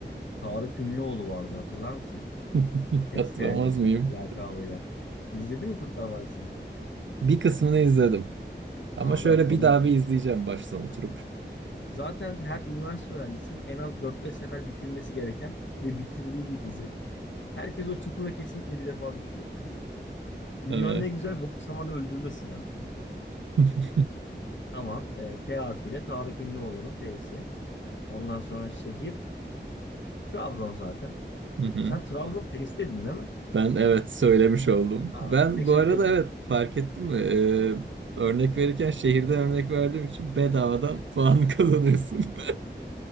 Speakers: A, on the left (about 80°); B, on the right (about 85°).
A: Tarık Ünlüoğlu vardı hatırlar mısın?
B: <laughs>
A: Testere
B: Hatırlamaz
A: Necmi.
B: mıyım?
A: Lakabıyla. İzledin mi Kurtlar Vadisi'ni?
B: Bir kısmını izledim. Ama
A: Aa
B: şöyle
A: ben fanıyım.
B: bir daha bir izleyeceğim baştan oturup.
A: Zaten her üniversite öğrencisinin en az dört beş sefer bitirmesi gereken ve bitirdiği bir dizi. Herkes o çukura kesinlikle bir defa düşüyor. Dünyanın
B: Evet.
A: en güzel boş zamanı öldürme silahı.
B: <laughs>
A: Tamam. E, T harfiyle Tarık Ünlüoğlu'nun T'si. Ondan sonra şehir. Trabzon zaten.
B: Hı hı.
A: Sen Trabzon T'si dedin değil mi?
B: Ben evet söylemiş oldum.
A: Aa,
B: Ben
A: teşekkür
B: bu arada
A: ederim.
B: evet fark ettim mi? Ee, örnek verirken şehirden örnek verdiğim için bedavadan puan <laughs> kazanıyorsun. <laughs>